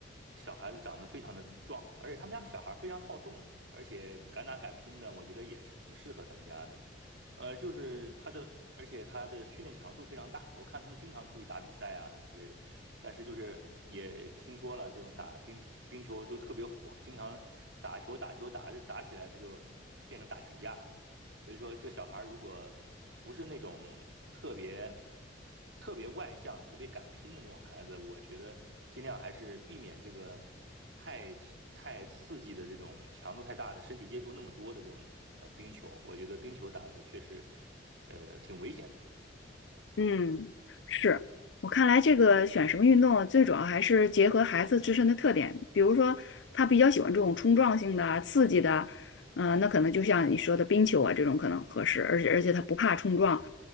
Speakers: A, on the right; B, on the left.
A: 小孩子长得非常的壮，而且他们家小孩非常好动，而且敢打敢拼的，我觉得也是挺适合他们家的。呃，就是他的，而且他的训练强度非常大，我看他们经常出去打比赛啊什么之类的。但是就是也听说了，这种打冰冰球都特别火，经常打球打球打着打起来，他就变成打群架了。所以说，这小孩儿如果不是那种特别特别外向、特别敢拼的这种孩子，我觉得尽量还是避免这个太太刺激的这种强度太大的身体接触那么多的这种呃冰球。我觉得冰球打的确实呃挺危险的。
B: 嗯，是我看来，这个选什么运动，最主要还是结合孩子自身的特点。比如说，他比较喜欢这种冲撞性的、刺激的，嗯、那可能就像你说的冰球啊，这种可能合适，而且而且他不怕冲撞。